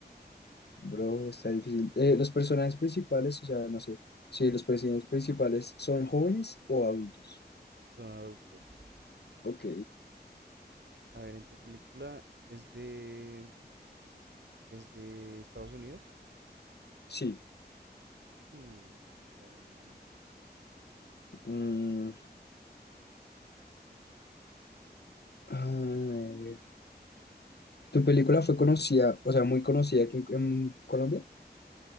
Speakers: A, on the left (about 70°); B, on the right (about 80°).
A: Bro, está difícil. Eh, los personajes principales, o sea, no sé. Sí, los personajes principales son jóvenes o adultos.
B: son adultos.
A: Ok,
B: A ver, en tu película es de es de Estados Unidos.
A: sí.
B: Mm, está bien.
A: Mm, a ver. ¿Tu película fue conocida, o sea, muy conocida aquí en, en Colombia?